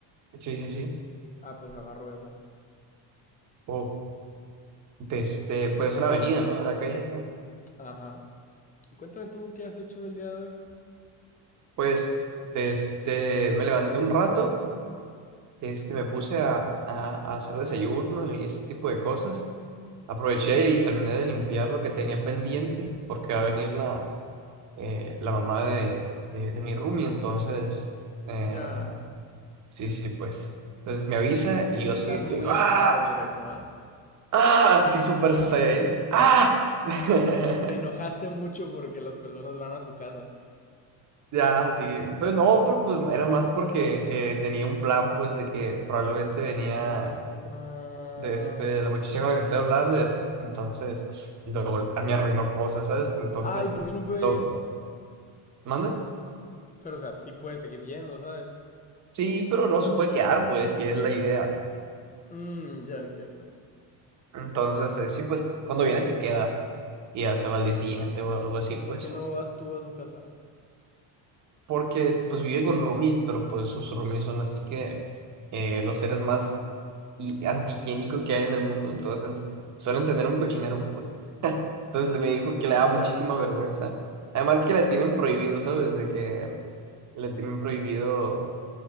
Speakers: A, on the right; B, on the left.
A: Sí, sí, sí.
B: Ah, pues agarro esa.
A: Oh, desde, pues es una avenida, ¿no? De la calle está.
B: Ajá. Y cuéntame tú qué has hecho el día de hoy.
A: Pues, desde, me levanté un rato, este, me puse a, a- a hacer desayuno y ese tipo de cosas. Aproveché y terminé de limpiar lo que tenía pendiente, porque va a venir la, eh, la mamá de, de, de mi roomie, entonces, eh,
B: Ya.
A: sí, sí, sí, pues. Entonces me avisa y
B: Y
A: yo así
B: estás
A: de
B: muy
A: que, ¡ah!
B: enojado por eso, ¿ah?
A: ¡ah! Así súper Saiyan, ¡ah! <laughs>
B: Sí, te, te enojaste mucho porque las personas van a su casa.
A: Ya, sí, pues no, pero pues era más porque eh, tenía un plan, pues, de que probablemente venía
B: Ah, ah.
A: de este, la muchacha con la que estoy hablando y así, entonces, y luego a mí arruinó cosas, ¿sabes? Entonces,
B: ay, ¿por qué no puede
A: toca.
B: ir?
A: ¿Mande?
B: Pero, o sea, sí puede seguir yendo, ¿sabes?
A: Sí, pero no se puede quedar, pues, que es la idea.
B: Mmm, ya entiendo.
A: Entonces, eh, sí, pues, cuando viene se queda y ya se va al día
B: ¿Y,
A: siguiente o algo así,
B: y por
A: pues,
B: qué no vas tú a su casa?
A: porque, pues, vive con roomies, pero pues sus roomies son así que eh, los seres más y antihigiénicos que hay en el mundo, entonces suelen tener un cochinero. pues. Entonces me dijo que le da
B: Ya.
A: muchísima vergüenza. Además que le tienen prohibido, ¿sabes? De que le tienen prohibido